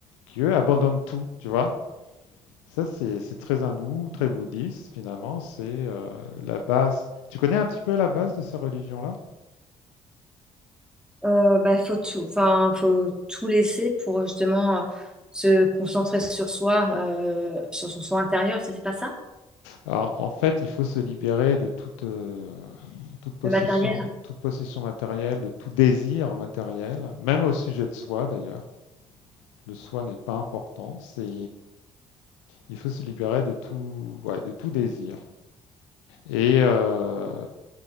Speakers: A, on the left; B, in the centre.
A: qui eux abandonnent tout, tu vois. Ça, c'est c'est très hindou, très bouddhiste, finalement. C'est euh, la base. Tu connais un petit peu la base de ces religions-là?
B: euh, bah, faut tout, enfin, faut tout laisser pour justement euh, se concentrer sur soi, euh, sur son soi intérieur, c'est pas ça?
A: Alors, en fait, il faut se libérer de toute, euh, toute possession,
B: Le matériel. hein.
A: toute possession matérielle, de tout désir matériel, même au sujet de soi d'ailleurs. Le soi n'est pas important, c'est il faut se libérer de tout, ouais, de tout désir. Et euh,